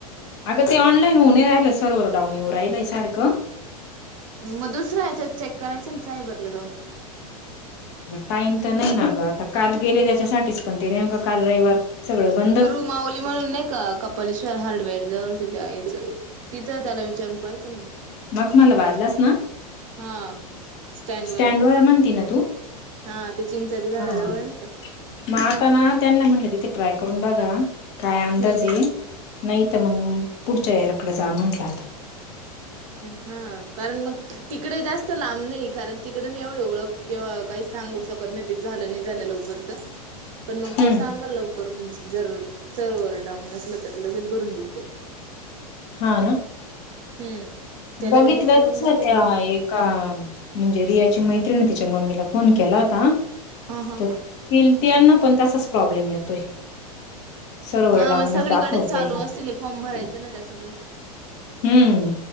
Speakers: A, on the left; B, on the right.
A: अगं ते ऑनलाईन होऊणे राहिलं,, सर्वर डाऊणीऊ राहिलय सारखं.
B: मग दुसरा या्याच्यात चेक करायच ना, सायबरला जाऊन.
A: टाईम तर नाही ना ग, आता काल गेले त्याच्यासाठीच पण ते नेमकं काल रविवार,, सगळं बंद.
B: माउली म्हणून नाही का? पलेश्वर हार्डवेअर जवळचं त्या यायचं,, तिथं त्याला विचारून पाहियचं ना मग.
A: मग मला बादलास ना,
B: हा स्टँड वर
A: स्टँडवरर म्हणती ना तू.
B: हा,, ते चिंचाच्या झाडाजवळ
A: हा
B: नै का.
A: मग आता ना, त्यांना म्हटलं तिथे ट्राय करून बघा, काय अंदाज
B: हम्म
A: ये नाही तर मग,, पुढच्या या लकडं जा म्हटलं आता.
B: हा, कारण मग तिकडे जास्तऽ लांब नाही, कारण तिकड नाही एवढं ओळख किंवा काही सांगू शकत नाही, ते झालं नाही झालं लवकर तर पण मग तो
A: हम्म
B: सांगल लवकर,, जर सर्वर डाऊन नसल तर लगेच भरून दिल तो.
A: हा ना.
B: हम्म त्याला
A: बघितलं
B: विचारून
A: तस
B: बघल
A: त्या
B: मी
A: एक का म्हणजे रियाची मैत्रिणी तिच्या मम्मीला फोन केला होता
B: हा हा
A: तर पिल त्यांना पण तसाच प्रॉब्लेम येत सरोवर
B: हा मग
A: डाऊूनच
B: सगळीकडेच
A: दाखवतय
B: चालू
A: ते.
B: असतील हे फॉर्म भरायचं ना त्याच्यामुळं
A: हम्म,,